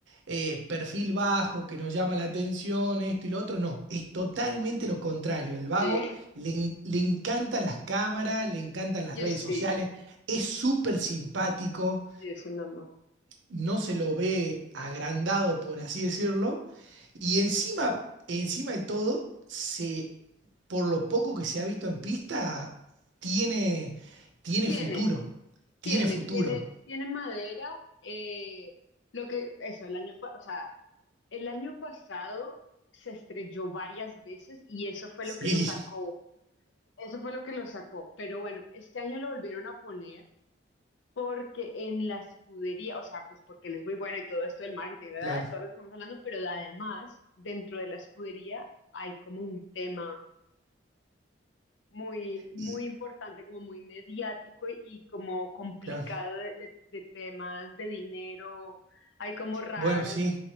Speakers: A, on the right (about 75°); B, on the left (about 70°).
A: eh, perfil bajo, que nos llama la atención, esto y lo otro, no, es totalmente lo contrario. El vago
B: Sí.
A: le, en- le encantan las cámaras, le encantan las
B: Yes,
A: redes sociales,
B: sí,
A: es súper simpático
B: sí, es una más.
A: no se lo ve agrandado, por así decirlo, y encima, encima de todo, se, por lo poco que se ha visto en pista, tiene, tiene
B: Tiene,
A: futuro, tiene
B: tiene,
A: futuro.
B: tiene, tiene madera. eh, lo que, eso, el año, pa- o sea, el año pasado se estrelló varias veces y eso fue
A: Sí,
B: lo que lo sacó. Eso fue lo que lo sacó. Pero bueno, este año lo volvieron a poner porque en la escudería, o sea, pues porque él es muy bueno y todo esto del marketing, ¿verdad?
A: claro,
B: Todo lo que estamos hablando, pero además, dentro de la escudería hay como un tema. muy, muy
A: y,
B: importante, como muy mediático y, y como complicado
A: claro.
B: de, de- de temas de dinero, hay como raros.
A: Bueno, sí,